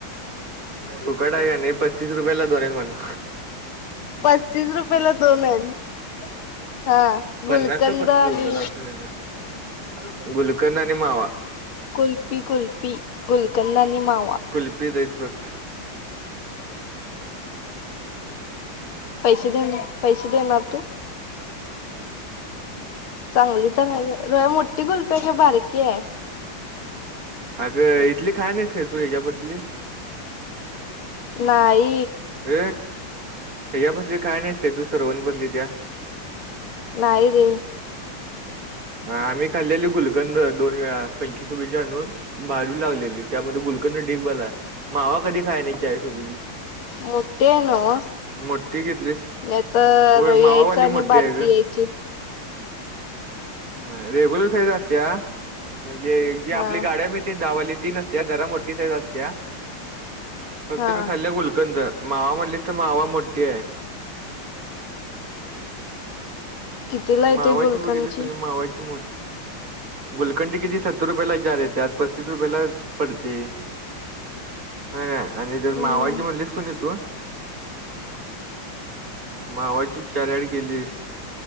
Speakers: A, on the right; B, on the left.
A: फुकट आहे का नाही पस्तीस रुपयाला दोन आहे म्हणा
B: पस्तीस रुपयाेला दोन आहे हा
A: पन्नास
B: गुलकंद
A: तर पस्तीस
B: आणि
A: रुपयाला असं कायतर गुलकंद आणि मावा
B: कुल्फी, कुल्फी गुलकंद आणि मावा,
A: कुल्फी दईत फक्त
B: पैसे देन पैसे देणार तू चांगली तर आहे रोय मोठी गुलफी का बारकी आहे
A: अगं इथली खा नाहीस तू ह्याच्या बसली
B: नाई
A: र ह्या बसली काय नाहीस काय तू सरवणी बसली त्या <unintelligible>
B: नाही रे
A: आम्ही खाल्लेली गुलकंद दोन वेळा पंचवीस रुपयाची आणून भाजू लागलेली त्यामध्ये गुलकर्न ढिग बला मावा कधी खाय नाही ळीसोबीची <unintelligible>
B: मोठे आहे नव्ह
A: मोठी घेतलीस
B: नाही तर
A: होय
B: यायचं
A: मावावाली
B: आणि
A: मोठी
B: बारकी
A: आहे ग
B: यायच जची <unintelligible>
A: नाही रेग्युलर साईज असत्या म्हणजे जे आपल्या
B: हा
A: गाड्या मिळती दहावाली ती नस त्या जरा मोठी साईज असत्या फक्त
B: हा
A: मी खाल्ल्या गुलकंद. मावा म्हणलीस तर मावा मोठी आहे.
B: कितीला येते
A: मावाची
B: गुलकंदची
A: बघितलीस कनी मावाची मोठी गुलकंडी किती सत्तर रुपयाला चारर येत्यात पस्तीस रुपयाला पडते. नाही आणि जर
B: हम्म
A: मावाची म्हणलीस कनी तू मावाची चार ॲड केलीस